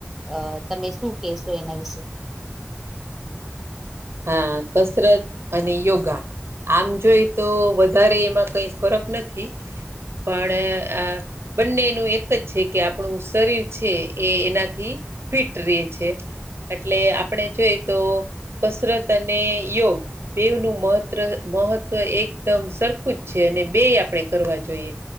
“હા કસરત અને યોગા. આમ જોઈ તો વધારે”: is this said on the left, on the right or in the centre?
Right